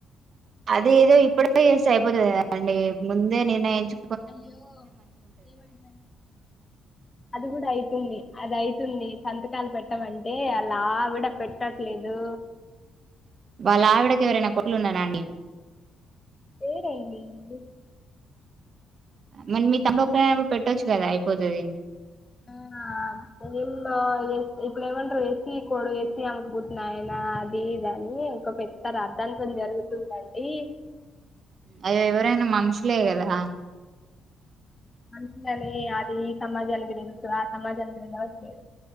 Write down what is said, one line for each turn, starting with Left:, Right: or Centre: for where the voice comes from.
Right: అద ఏదో ఇప్పుడ చేస్తే అయిపోతుంది కదాండి ముందే నిర్ణయించు
Left: అయ్యో ఏమంటారు అది కూడా అయితుంది అద అవుతుంది సంతకాలు పెట్టమంటే అలావిడ పెట్టట్లేదు
Right: వాళ్ళ ఆవిడకి ఎవరైనా కొట్లు ఉన్నారాండి
Left: ఏర ఇంగ ఇ
Right: మరి మీ తండ్రి ఒక్కరనాప్పుడు పెట్టొచ్చు కదా అయిపోతుది
Left: ఆ ఇప్పుడు ఏమంటారు వేసి కొడు వేసి అమ్మకుపోతున్నా ఆయనా అది దని ఒకంకా పెద్ద రర్థాంతం జరుగుతుందండి
Right: అవి ఎవరైనా మనుషులే కదా
Left: మనషిననే అది ఈ సమాజ అల్గ తెలుసు ఆ సమాజ అగ నలవత్